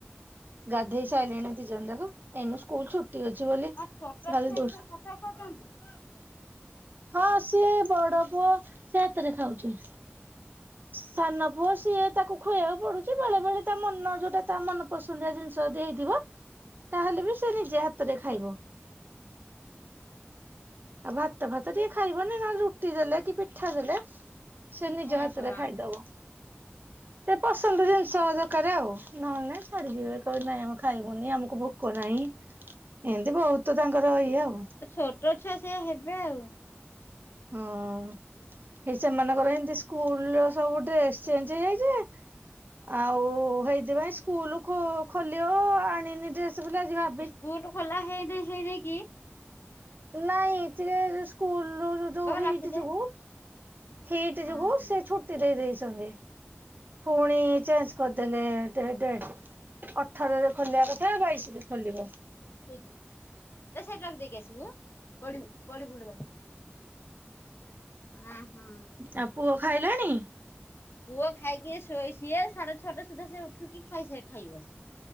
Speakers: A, on the right (about 50°); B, on the left (about 60°).
A: ଗାଧେଇ
B: ହଁ
A: ସାଇିଲଣି ଦି ଜଣ ଯାକ ଏଇନୁ ସ୍କୁଲ ଛୁଟି ଅଛି ବୋଲି
B: ହଁ
A: ଖାଲି
B: ଛୋଟ ଛୁଆ
A: ଦୁଷ୍ଟ।
B: <unintelligible>
A: ହଁ ସିଏ ବଡ ପୁଅ ସିଏ ହାତରେ ଖାଉଛି। ସାନ ପୁଅ ସିଏ ତାକୁ ଖୁଆବାକୁ ପଡୁଛି ବେଳେବଳେ ତା ମନ ଯୋଉଟା ତା ମନ ପସନ୍ଦିଆ ଜିନିଷ ଯଦି ହେଇଥିବ ତାହେଲେ ବି ସେ ନିଜେ ହାତରେ ଖାଇବ।
B: <unintelligible>
A: ଆଉ ଭାତ ଭାତ ଟିକେ ଖାଇବନି ନହେଲେ ରୁଟି ଦେଲେ କି ପିଠା ଦେଲେ ସେ ନିଜ
B: ଓହୋ
A: ହାତ
B: ଆଉ
A: ଦବ।
B: <unintelligible>
A: ଏ ପସନ୍ଦ ଜିନିଷ ଦରକାର ଆଉ ନହେଲେ ନାଇଁ ଛାଡ଼ିଯିବେ କ ନାଇଁ ଆମେ ଖାଇବୁନି ଆମକୁ ଭୋକ ନାହିଁ। ଏମିତି ବହୁତ ତାଙ୍କର ଇଏ ଆଉ।
B: ଛୋଟ ଛୁଆ ସେୟା ହେବେ ଆଉ।
A: ହଁ ଏଇ ସେମାନଙ୍କର ଏମିତି ସ୍କୁଲର ସବୁ ଡ୍ରେସ ଚେଞ୍ଜ ହେଇଯାଇଛି। ଆଉ ହେଇଥିପାଇଁ ସ୍କୁଲ ଖୋଲିବ ଆଣିନି ଡ୍ରେସ ବୋଲି ଆଜି ଭାବ
B: ସ୍କୁଲ ଖୋଲା ହେଇନେଇ ହେଇନେଇ କି
A: ନାଇଁ ଟିକେ ସ୍କୁଲ ଯୋଉ
B: ବାବା
A: ହେଇଠି
B: ରଖିଦେ
A: ଯୋଗୁ ହିଟ୍ ଯୋଗୁ
B: ଓହୋ
A: ସେ ଛୁଟି ଦେଇ ଦେଇଛନ୍ତି। ପୁଣି ଚେଞ୍ଜ କରିଦେଲେ ଡେଟ୍। ଅଠରରେ ଖୋଲିବା କଥା ବାଇଶିରେ ଖୋଲିବ।
B: ସେଇଟା ତ ସେଇଟାକୁ ଦେଇକି ଆସିବୁ ପଡିବୁ ପଡିବୁଲୋ ବାବା। ହଁ ହଁ।
A: ଆଉ ପୁଅ ଖାଇଲାଣି
B: ପୁଅ ଖାଇକି ଶୋଇ ସିଏ ସାଢେ ଛଅଟା ସୁଦ୍ଧା ସେ ଉଠିକି ଖାଇ ସରିଥାଇବ।